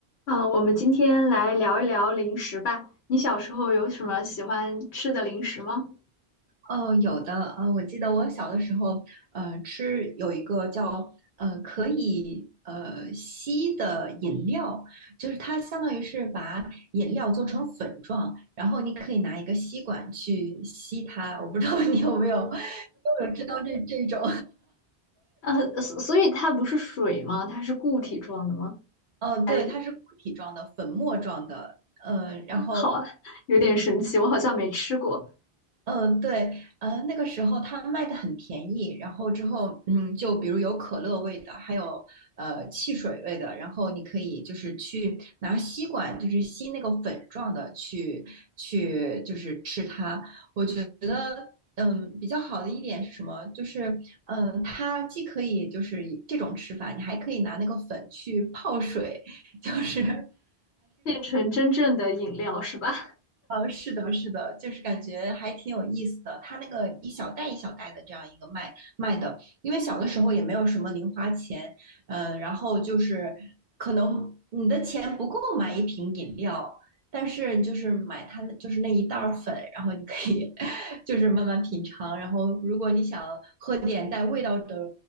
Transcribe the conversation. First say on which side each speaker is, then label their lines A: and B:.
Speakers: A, on the left; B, on the right.
A: 嗯，呃我们今天来聊一聊零食吧。你小时候有什么喜欢吃的零食吗？
B: 哦，有的，呃，我记得我小的时候，呃，吃有一个叫呃可以呃吸的饮料，就是它相当于是把饮料做成粉状，然后你可以拿一个吸管去吸它。我不知道你有没有 <laughs> 有没有知道这这种，
A: 呃，所所以它不是水吗？它是固体状的吗？
B: <laughs> 呃，
A: 还是
B: 对，它是固体状的、粉末状的，呃，然后
A: 好啊，有点神奇，我好像没吃过，
B: 嗯，对，嗯，那个时候它卖的很便宜，然后之后，嗯，就比如有可乐味的，还有呃汽水味的，然后你可以就是去拿吸管，就是吸那个粉状的去去就是吃它。我觉得，嗯，比较好的一点是什么？就是，嗯，它既可以就是以这种吃法，你还可以拿那个粉去泡水，<laughs> 就是
A: 变成真正的饮料是吧？
B: 呃，是的，是的，就是感觉还挺有意思的。他那个一小袋一小袋的这样一个卖卖的，因为小的时候也没有什么零花钱，呃，然后就是可能你的钱不够买一瓶饮料，但是你就是买它那就是那一袋儿粉，然后你可以 <laughs> 就是慢慢品尝。然后如果你想喝点带味道的